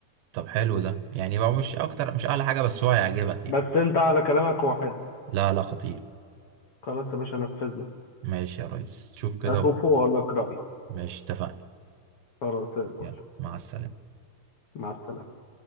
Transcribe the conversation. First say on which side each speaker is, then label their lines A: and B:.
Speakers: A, on the right (about 80°); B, on the left (about 60°).
A: طب حلو ده يعني هو مش اكتر مش اعلى حاجه بس هو هيعجبك يعني
B: بس انت على كلامك هو حلو
A: لا لا خطير
B: خلاص يا باشا نفذنا
A: ماشي يا ريس شوف كده
B: اشوفه
A: وقول.
B: واقول لك رايي
A: ماشي اتفقنا
B: خلاص زي الفل
A: يلا مع السلامه
B: مع السلامة